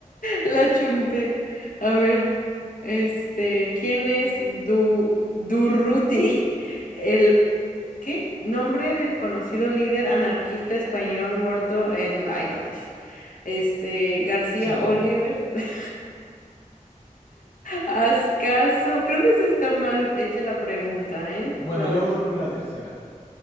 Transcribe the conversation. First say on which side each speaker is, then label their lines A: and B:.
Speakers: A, on the left; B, on the left.
A: la chunté. A ver, este, ¿quién es Du, Durruti? El, ¿qué? Nombre del conocido líder anarquista español muerto en, ay, no manches, este, García
B: Sí.
A: Oliver. <laughs> Haz creo que se está mal hecha la pregunta, ¿eh?
B: Bueno,
A: La
B: yo
A: voy-
B: voto por la tercera.